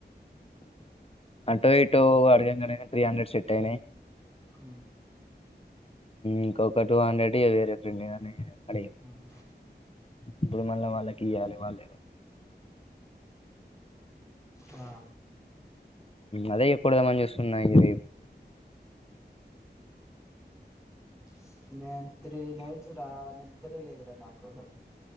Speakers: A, on the left; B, in the centre.
A: అటో ఇటో అడగం త్రీ హండ్రెడ్ సట్యినే
B: హు
A: ఇంకొక టూ హండ్రెడ్ వేరే ఫ్రెంగాని అడిగ
B: ఉమ్.
A: ఇప్పుడు మల్ల వాళ్ళకి ఇయాలి మళ్ళీ
B: ఆ
A: అదే <unintelligible> చూస్తున్నాయి ఇది
B: <unintelligible>